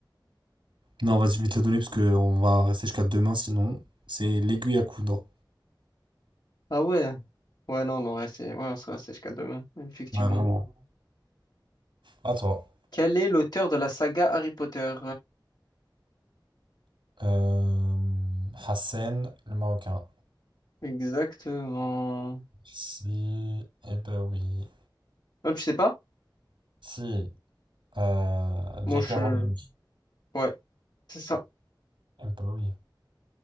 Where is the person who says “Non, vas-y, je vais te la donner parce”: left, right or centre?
Right